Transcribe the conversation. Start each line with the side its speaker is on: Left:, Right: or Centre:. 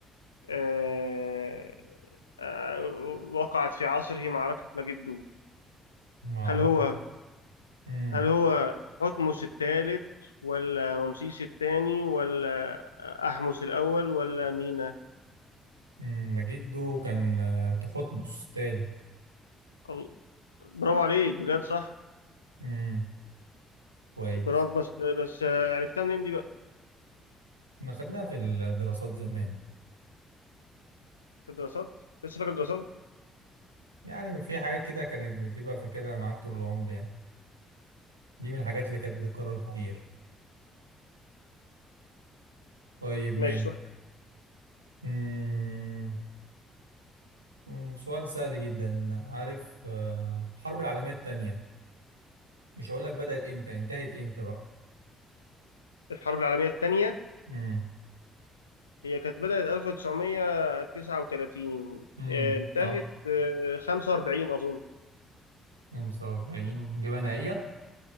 Left: آه آه وقعت في عصره معركة مجدو
Right: ما اعرف
Left: هل هو
Right: مم.
Left: هل هو حتمس الثالث ولا رمسيس الثاني ولا أحمس الأول ولا مينا
Right: مم. جده كان آه، تحتمس تالت
Left: أغ- برافو عليك بجد صح
Right: مم. كويس
Left: برافو بس بس عرفتها منين دي بقى
Right: احنا خدناها في الدراسات زمان
Left: في الدراسات لسه فاكر الدراسات
Right: يعني في حاجات كده كانت بتبقى فاكرها معاك طول العمر يعني دي من الحاجات اللي كانت بتتكرر كتير طيب ماشي
Left: ماشي سؤال
Right: أمم، أمم، سؤال سهل جدا عارف آه، الحرب العالمية التانية مش هقول لك بدأت امتى انتهت امتى بقى
Left: الحرب العالمية الثانية
Right: امم
Left: هي كانت بدأت 1939
Right: امم
Left: آه، انتهت
Right: اه
Left: آه، 45 أظن
Right: 45 إجابة نهائية